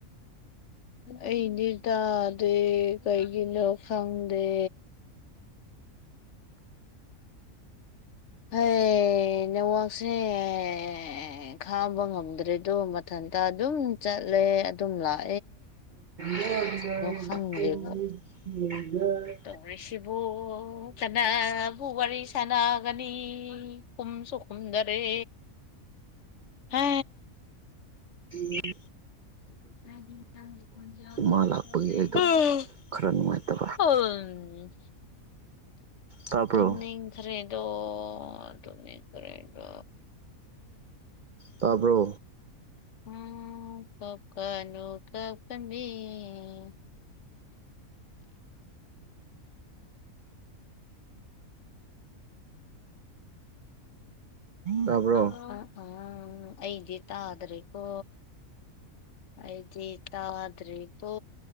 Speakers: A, on the left; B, on the right.
A: ꯑꯩꯗꯤ ꯇꯥꯗꯦ ꯀꯩꯒꯤꯅꯣ ꯈꯪꯗꯦ ꯍꯩ ꯅꯦꯋꯥꯛꯁꯦ ꯑꯦ ꯈꯥꯕ ꯉꯝꯗ꯭ꯔꯦꯗꯣ ꯃꯊꯟꯇ ꯑꯗꯨꯝ ꯆꯠꯂꯦ ꯑꯗꯨꯝ ꯂꯥꯛ
B: ꯌꯥꯒ <unintelligible>
A: ꯈꯪꯗꯦꯕ ꯇꯧꯔꯤꯁꯤꯕꯨ ꯀꯅꯥꯕꯨ ꯋꯥꯔꯤ ꯁꯅ ꯒꯅꯤ ꯀꯨꯝꯁꯨ ꯈꯨꯝꯗꯔꯦ ꯍꯥ
B: ꯌꯦ <unintelligible>
A: ꯍ
B: ꯃꯥ ꯂꯥꯛꯄꯒꯤ ꯑꯩꯗꯣ ꯈꯔ ꯅꯨꯡꯉꯥꯏꯇꯕꯦ
A: ꯍꯥꯝ
B: ꯇꯥꯕ꯭ꯔꯣ
A: ꯇꯨꯝꯅꯤꯡꯈ꯭ꯔꯦꯗꯣ ꯇꯨꯝꯅꯤꯡꯈ꯭ꯔꯦꯗꯣ
B: ꯇꯥꯕ꯭ꯔꯣ
A: ꯎꯝ ꯄꯀꯅꯨ ꯀꯄꯅꯤ <unintelligible>
B: ꯇꯥꯕ꯭ꯔꯣ
A: ꯎ ꯎꯝ ꯑꯩꯗꯤ ꯇꯥꯗ꯭ꯔꯦꯀꯣ ꯑꯩꯗꯤ ꯇꯥꯗ꯭ꯔꯦꯀꯣ